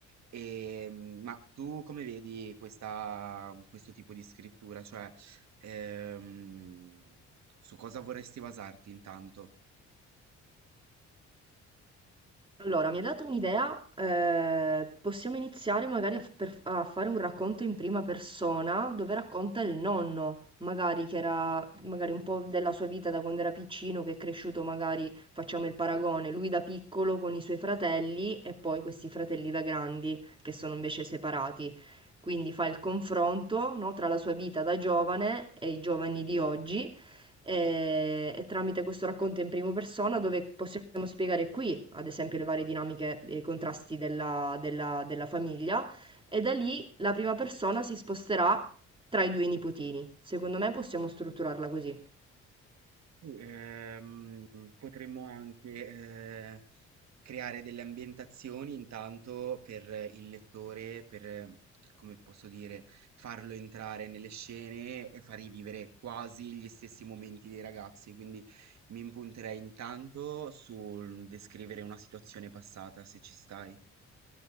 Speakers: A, on the right; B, on the right.
A: E, mm, ma tu come vedi questa, questo tipo di scrittura? Cioè, Ehm, su cosa vorresti basarti intanto?
B: Allora, mi hai dato un'idea, eh, possiamo iniziare magari a, f- per- a fare un racconto in prima persona dove racconta il nonno, magari che era magari un po' della sua vita da quando era piccino, che è cresciuto magari, facciamo il paragone, lui da piccolo con i suoi fratelli e poi questi fratelli da grandi che sono invece separati. Quindi fa il confronto, no, tra la sua vita da giovane e i giovani di oggi eh, e tramite questo racconto in prima persona dove possiamo spiegare qui, ad esempio, le varie dinamiche e i contrasti della, della- della famiglia e da lì la prima persona si sposterà tra i due nipotini. Secondo me possiamo strutturarla così.
A: Sì, ehm, potremmo anche eh, creare delle ambientazioni intanto per il lettore, per, eh, come posso dire, farlo entrare nelle scene e far rivivere quasi gli stessi momenti dei ragazzi. Quindi mi impunterei intanto sul descrivere una situazione passata, se ci stai.